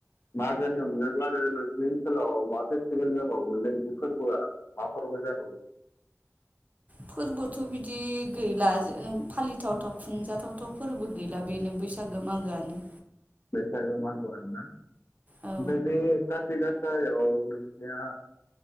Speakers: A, on the left; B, on the right.
A: मागोनि अनगाबो आरो नोंसिनि ओनसोलाव मा फेस्टिभेल जाबावो इदि फोर्बोआ मा फोरबो जाबावो?
B: फोरबोथ' बिदि गैला जे फालिथावथाव खुंजाथावथाव फोरबो गैला बेनो बैसागो मागोआनो
A: बैसागो मागोआनो ना
B: औ
A: ओमफाय बे खाथि गा सायाव नोंसिना